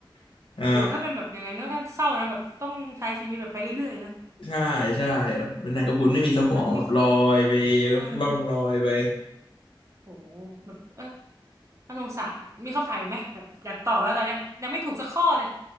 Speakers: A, on the left (about 85°); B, on the right (about 35°).
A: <laughs> อ่า
B: โหถ้าเป็นแบบอย่างนั้นก็น่าเศร้านะแบบต้องใช้ชีวิตแบบไปเรื่อยๆนะ
A: ใช่ใช่เป็นแมงกระพรุนไม่มีสมองแบบลอยไป
B: นะมีเออ
A: ล่องลอยไป
B: อืมโหแบบเออน่าสงสารมีคำถามอีกไหมแบบอยากตอบแล้วตอนเนี้ยยังไม่ถูกสักข้อเลย